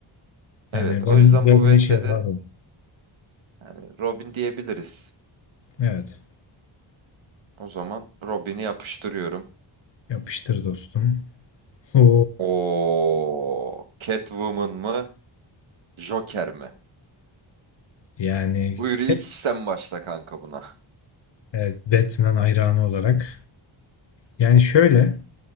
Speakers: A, on the right; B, on the left.
A: Evet
B: Yani ben
A: o yüzden
B: Robin'e
A: bu VS'de
B: şey yapardım.
A: yani Robin diyebiliriz.
B: Evet.
A: O zaman Robin'i yapıştırıyorum.
B: Yapıştır dostum. Oo.
A: O Catwoman mı? Joker mi?
B: Yani
A: Buyur
B: ke-
A: ilk sen başla kanka buna.
B: evet, Batman hayranı olarak. Yani şöyle